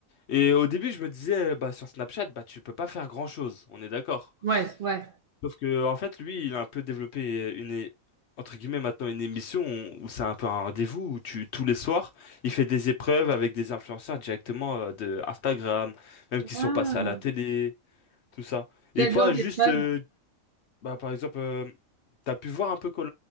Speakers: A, on the left; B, on the right.
A: Et au début, je me disais, bah sur Snapchat, bah tu peux pas faire grand-chose, on est d'accord.
B: Ouais, ouais.
A: Sauf que, en fait, lui, il a un peu développé une, é- entre guillemets, maintenant une émission où c'est un peu un rendez-vous où tu, tous les soirs, il fait des épreuves avec des influenceurs directement euh, de Instagram, même qui
B: Ah,
A: sont passés à la télé, tout ça.
B: Quel
A: Et pas
B: genre
A: juste,
B: d'épreuve?
A: euh, bah, par exemple, euh, t'as pu voir un peu koh